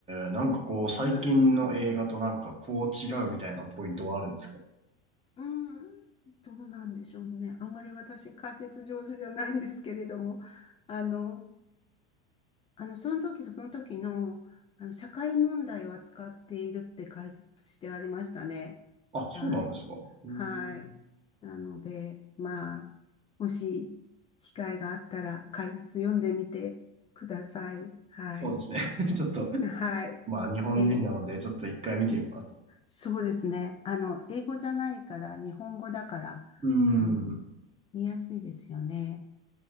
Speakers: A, on the right; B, on the left.
A: ー、なんかこう、最近の映画となんかこう違うみたいなポイントはあるんですか
B: はい。うん、どうなんでしょうね。あんまり私解説上手じゃないんですけれども、あの、あの、その時その時の、あの、社会問題を扱っているって解説してありましたね。
A: あ、そうなんですか。
B: はい。
A: うーん。
B: はい。なので、まあ、もし機会があったら解説読んでみてください。はい。
A: そうですね。<laughs> ちょっと、
B: はい。
A: まあ日本人なので、
B: えー
A: ちょっと一回見てみます。
B: そうですね。あの、英語じゃないから、日本語だから、
A: うーん。
B: あの、見やすいですよね。